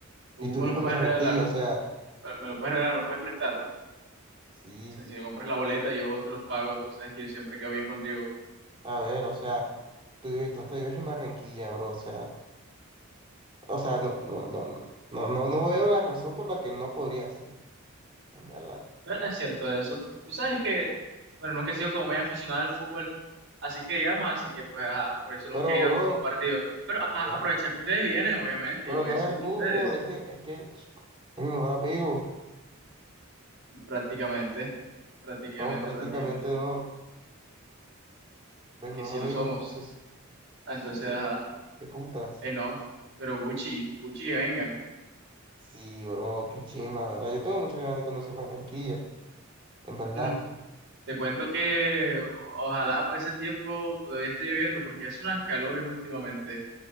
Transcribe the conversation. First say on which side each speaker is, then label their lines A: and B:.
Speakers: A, on the right; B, on the right.
A: Tú
B: Y tú
A: me
B: vives
A: los puedes
B: en Barranquilla,
A: regalar.
B: o sea,
A: Me me los puedes regalar, me los puedes prestar.
B: sí.
A: O sea, si me compras la boleta, yo te los pago. Tú sabes que yo siempre quedo bien contigo.
B: A ver, o sea, tú, vives- tú hasta vives en Barranquilla, bro. O sea, o sea, no, no, no, no, no, no no veo la razón por la que no podrías ir. en verdad.
A: No, Es cierto eso. Tú sabes que, bueno, nunca he sido como muy aficionado al fútbol, así que digamos, así que pues, ajá, por eso nunca
B: Pero,
A: he ido
B: bro,
A: como a un partido. Pero ajá,
B: no
A: aprovecha
B: es-
A: que ustedes vienen, obviamente,
B: pero
A: yo voy
B: no
A: a salir
B: es el
A: con
B: fútbol,
A: ustedes,
B: es que, es que es mi mejor amigo.
A: prácticamente, prácticamente,
B: No, prácticamente
A: prácticamente.
B: no. Es mi
A: Es
B: mejor
A: que sí
B: amigo.
A: lo somos.
B: Entonces,
A: Ah, Entonces,
B: entonces,
A: ajá,
B: qué putas.
A: eh, no, pero Gucci, Gucci que vengan.
B: Sí, bro, qué chimba, la verdad. Yo tengo muchas ganas de conocer Barranquilla, en verdad.
A: Mm, Te cuento que o- ojalá para ese tiempo todavía esté lloviendo, porque es unas calores últimamente,